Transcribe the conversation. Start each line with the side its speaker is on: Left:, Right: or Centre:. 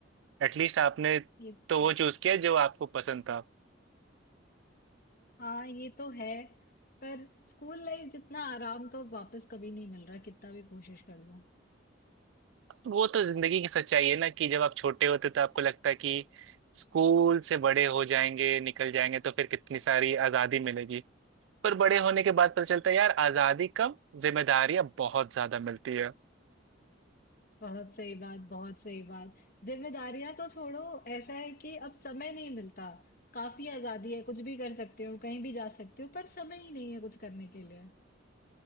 Right: एटलीस्ट आपने
Left: ये
Right: तो
Left: बात
Right: वो चूज किया जो आपको पसंद था
Left: हाँ ये तो है पर स्कूल लाइफ जितना आराम तो वापस कभी नहीं मिल रहा कितना भी कोशिश कर लूँ
Right: वो तो जिंदगी की सच्चाई है ना कि जब आप छोटे होते तो आपको लगता है कि स्कूल से बड़े हो जाएंगे निकल जाएंगे तो फिर कितनी सारी आजादी मिलेगी पर बड़े होने के बाद पता चलता है यार आजादी कम जिम्मेदारियां बहुत ज्यादा मिलती है
Left: बहुत सही बात, बहुत सही बात। जिम्मेदारियां तो छोड़ो, ऐसा है कि अब समय नहीं मिलता। काफी आजादी है, कुछ भी कर सकते हो, कहीं भी जा सकते हो, पर समय ही नहीं है कुछ करने के लिए।